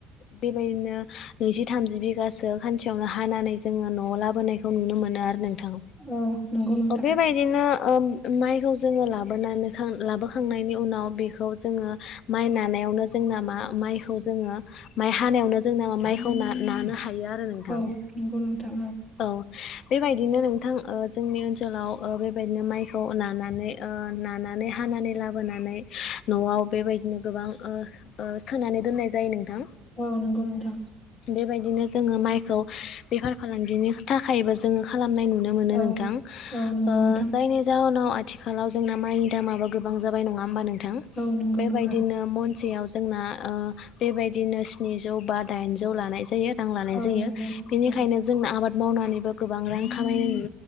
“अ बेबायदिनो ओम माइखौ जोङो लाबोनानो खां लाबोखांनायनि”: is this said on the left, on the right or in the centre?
Left